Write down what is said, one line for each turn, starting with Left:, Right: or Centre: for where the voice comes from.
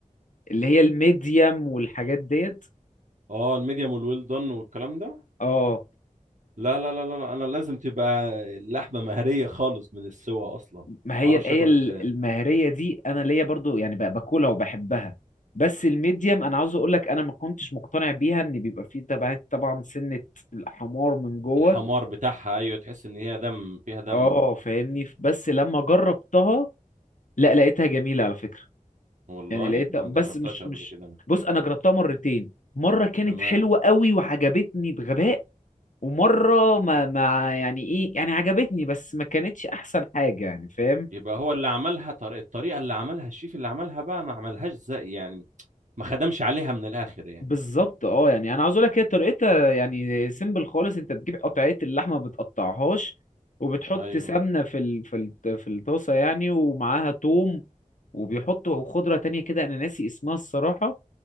Left: اللي هي الميديم والحاجات ديت
Right: اه الميديم والويل دان والكلام ده
Left: اه
Right: لا لا لا لا لا، انا لازم تبقى اللحمه مهريه خالص من السوا اصلا
Left: ما هي
Right: ما اعرفش
Left: ال- هي
Right: اكل
Left: ال-
Right: ال-
Left: المهريه دي انا ليا برضو يعني ب- باكلها وبحبها بس الميديم انا عاوز اقول لك انا ما كنتش مقتنع بيها ان بيبقى فيه طبعا طبعا سنه الحمار من جوه
Right: الحمار بتاعها ايوه تحس ان هي دم فيها دم
Left: اه فاهمني بس لما جربتها لا لقيتها جميلة على فكرة
Right: والله
Left: يعني لقيتها
Right: ما
Left: بس
Right: جربتهاش
Left: مش
Right: قبل
Left: مش
Right: كده انا
Left: بص انا جربتها مرتين مرة كانت
Right: تمام
Left: حلوة قوي وعجبتني بغباء ومرة ما ما يعني ايه يعني عجبتني بس ما كانتش احسن حاجة يعني فاهم
Right: يبقى هو اللي عملها طريقه الطريقه اللي عملها الشيف اللي عملها بقى ما عملهاش زي يعني ما خدمش عليها من الاخر يعني
Left: بالظبط اه يعني انا عاوز اقول لك هي طريقتها يعني سيمبل خالص انت بتجيب قطعية اللحمة ما بتقطعهاش وبتحط
Right: ايوه
Left: سمنة في ال... في ال... في الطاسة يعني ومعاها توم وبيحطوا خضرة تانية كده انا ناسي اسمها الصراحة